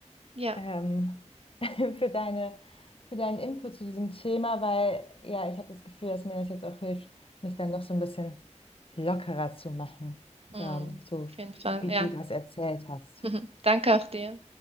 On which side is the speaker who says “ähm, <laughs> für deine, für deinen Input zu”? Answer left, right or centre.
Left